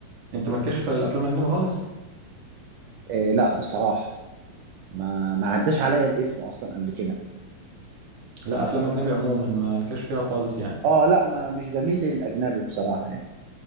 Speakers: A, on the right; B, on the right.
A: انت مالكش في الافلام الاجنبية خالص
B: آه لا بصراحة ما ما عداش عليا الاسم اصلا قبل كده
A: لا افلام اجنبي عموما ما لكش فيها خالص يعني
B: اه لا ما مش بميل للاجنبي بصراحه يعني